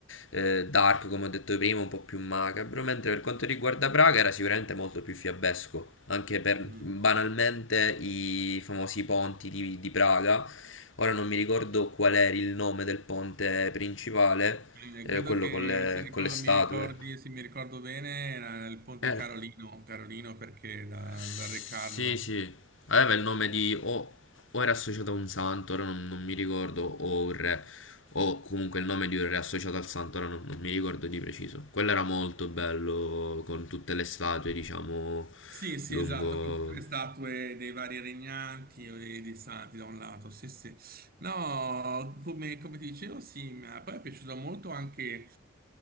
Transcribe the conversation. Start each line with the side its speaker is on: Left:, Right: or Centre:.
Left: eh, dark, come ho detto prima, un po' più macabro, mentre per quanto riguarda Praga era sicuramente molto più fiabesco, anche per
Right: Mhm.
Left: banalmente i famosi ponti di, di Praga. Ora non mi ricordo qual era il nome del ponte principale,
Right: Eh,
Left: eh,
Right: credo
Left: quello
Right: che
Left: con le,
Right: si ricor-
Left: con le statue.
Right: mi ricordi, se mi ricordo bene, era il Ponte
Left: Era.
Right: Carolino, Carolino perché da,
Left: Sì,
Right: da Re Carlo.
Left: sì. Aveva il nome di o, o era associato a un santo, ora non, non mi ricordo, o un re, o comunque il nome di un re associato al santo, ora non, non mi ricordo di preciso. Quello era molto bello, con tutte le statue, diciamo,
Right: Sì, sì,
Left: lungo...
Right: esatto, con tutte le statue dei vari regnanti o dei, dei santi da un lato, sì, sì. No, come, come ti dicevo, sì, ma poi è piaciuto molto anche